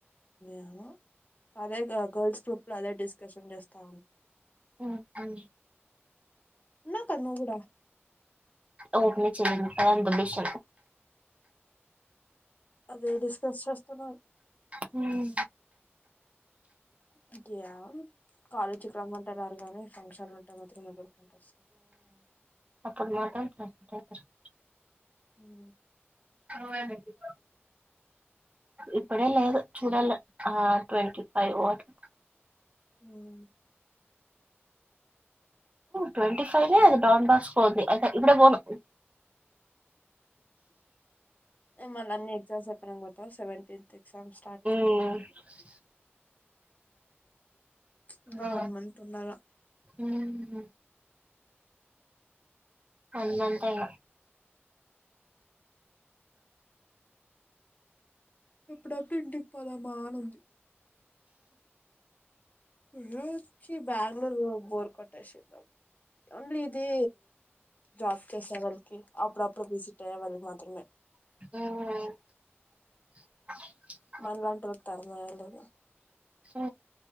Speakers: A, on the left (about 40°); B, on the right (about 30°).
A: ఏమో అదేగా గర్ల్స్ గ్రూప్ లో అదే డిస్కషన్ చేస్తా ఉం
B: హ్మ్ హూ
A: ఉన్నావు కదా నువ్వు గూడా
B: ఓపెన్ చేయను అది అంత బెస్ట్
A: అదే డిస్కస్ చేస్తున్నారు
B: హ్మ్
A: <unintelligible> కాలేజీకి రమ్మంటే రారు గానీ ఫంక్షన్లు ఉంటే మాత్రం ఎగురుకుంట వస్తాం
B: అప్పుడు మాత్రం ప్ర <inaudible>
A: హ్మ్
B: అవా నీకు ఇప్పుడే లేదు చూడాలి ఆ ట్వంటీ ఫైవ్ <unintelligible>
A: హ్మ్
B: ట్వంటీ ఫైవే అ డాన్ బాస్కోది అహ ఇప్పుడే పోను
A: మళ్ళీ అన్ని ఎగ్జామ్స్ చెప్పనికి పోతావు సెవెంటీన్త్ ఎగ్జామ్ స్టార్ట్
B: హ్మ్
A: ఇంకా
B: ఆ
A: వన్ మంత్ ఉండాలా
B: హ్మ్ అల్లంతగా
A: ఎప్పుడైతే ఇంటికి పోదామా అని ఉంది రూచ్చి బ్యాంగుళూరు బోర్ కొట్టేషింది ఓన్లీ ఇది జాబ్ చేసే వాళ్ళకి అప్పుడప్పుడు విజిట్ అయ్యే వాళ్ళకి మాత్రమే
B: హ్మ్
A: మనలాంటోలకి తరుమేయరు కదా
B: సో